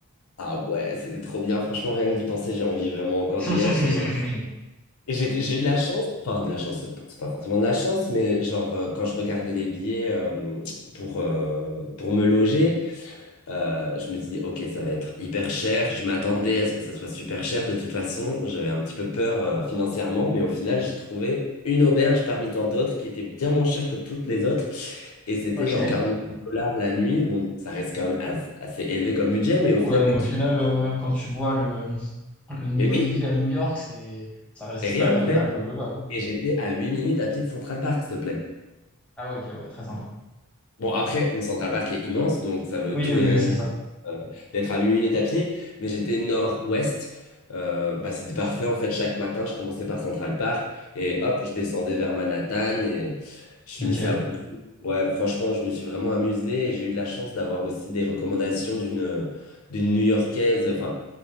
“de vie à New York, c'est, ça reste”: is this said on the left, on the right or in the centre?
Centre